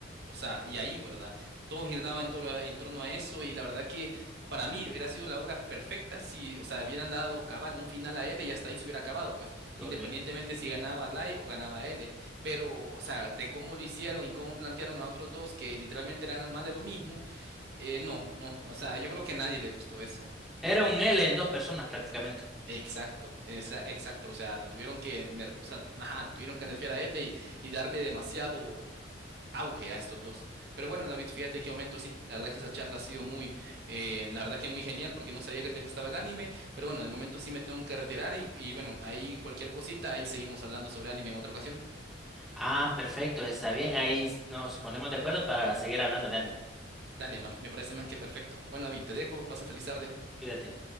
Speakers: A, on the right; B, in the centre.
A: O sea, y ahí, ¿verdad? Todo giraba en, tor- en torno a eso y la verdad que para mí hubiera sido la obra perfecta si, o sea, hubieran dado cabal un final a L y hasta ahí se hubiera acabado, pues,
B: Correcto.
A: independientemente si ganaba Light o ganaba L. Pero, o sea, de cómo lo hicieron y cómo plantearon a otros dos que literalmente eran más de lo mismo eh, no, no, o sea, yo creo que a nadie le gustó eso.
B: Era un L en dos personas prácticamente.
A: Exacto, esa- exacto, o sea, lo tuvieron que, ner- o sea, ajá, tuvieron que nerfear a él y, y darle demasiado auge a estos dos. Pero bueno, David, fíjate qué momento, sí, la verdad que esa charla ha sido muy, eh, la verdad que muy genial porque no sabía que te gustaba el anime, pero bueno, de momento sí me tengo que retirar y, y bueno, ahí cualquier cosita, ahí seguimos hablando sobre anime en otra ocasión.
B: Ah, perfecto, está bien. Ahí nos ponemos de acuerdo para seguir hablando de anime.
A: Dale, más- me parece más que perfecto. Bueno, David, te dejo, pasa feliz tarde.
B: Cuídate.